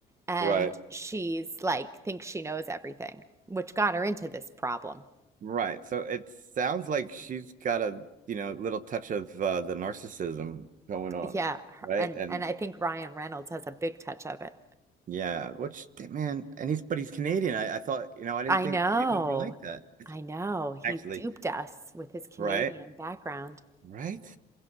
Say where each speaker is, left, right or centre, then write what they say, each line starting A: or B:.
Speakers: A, on the right (about 15°); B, on the right (about 50°).
A: and
B: Right.
A: she's like thinks she knows everything, which got her into this problem.
B: Right. So it sounds like she's got a, you know, little touch of uh, the narcissism going on,
A: Yeah, her-
B: right?
A: and
B: And
A: and I think Ryan Reynolds has a big touch of it.
B: yeah, which man, and he's but he's Canadian. I, I thought, you know, I didn't
A: I
B: think
A: know.
B: maybe he like that
A: I know. He
B: actually,
A: duped us with his Canadian
B: right?
A: background.
B: Right?